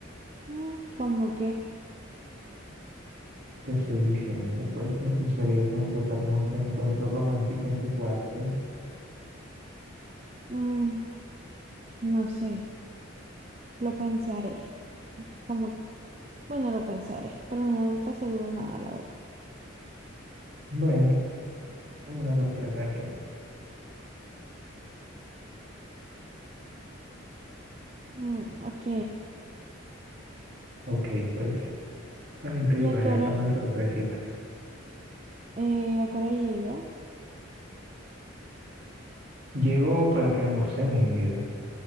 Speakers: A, on the right (about 35°); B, on the right (about 55°).
A: Mm, como que...
B: te estoy diciendo, pues me gustaría que me prepares un reencuentro romántico en tu cuarto.
A: mm, no sé. Lo pensaré. Como, bueno, lo pensaré, pero no te aseguro nada, la verdad.
B: Bueno, una sorpresa entonces.
A: Mm, ok.
B: Ok, pues también te
A: ¿Y
B: llevaré
A: a qué hora,
B: acá una sorpresita.
A: eh, a qué hora llegas?
B: Llego para que almorcemos, mi vida.